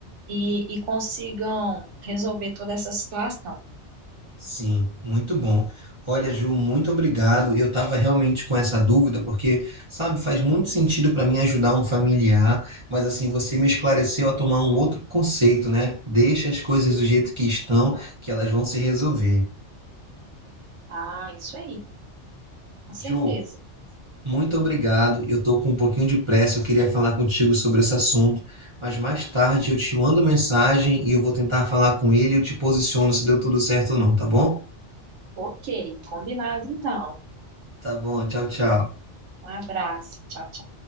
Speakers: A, on the right; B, on the right.
A: e, e consigam resolver toda essa situação.
B: Sim, muito bom. Olha, Ju, muito obrigado. Eu estava realmente com essa dúvida, porque, sabe, faz muito sentido para mim ajudar um familiar, mas assim, você me esclareceu a tomar um outro conceito, né? Deixa as coisas do jeito que estão, que elas vão se resolver.
A: Ah, isso aí, com certeza.
B: Ju, muito obrigado. Eu estou com um pouquinho de pressa, eu queria falar contigo sobre esse assunto, mas mais tarde eu te mando mensagem e eu vou tentar falar com ele e eu te posiciono se deu tudo certo ou não, tá bom?
A: Ok, combinado então.
B: Tá bom, tchau, tchau.
A: Um abraço. Tchau, tchau.